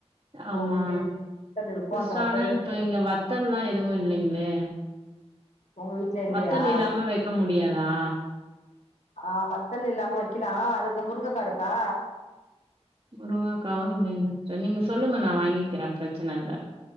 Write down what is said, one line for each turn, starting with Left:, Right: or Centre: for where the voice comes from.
Left: சோ
Right: ஆமா.
Left: உங்களுக்கு வத்தல் இருக்கும்
Right: சிஸ்டர்
Left: அந்த வத்தல்
Right: ஆனா
Left: எடுத்த
Right: இப்ப இங்க வத்தல்லாம் எதுவும் இல்லைங்களே
Left: உங்க வீட்ல இல்லையா
Right: வத்தல் இல்லாம வைக்க முடியாதா
Left: ஆ வத்தல் இல்லாம வைக்கலாம் அதுக்கு முருங்கைக்கா இருக்கா
Right: முருங்காக்காவும் இல்லைங்க சிஸ்டர் நீங்க சொல்லுங்க நான் வாங்கிக்கிறேன் பிரச்சனை இல்ல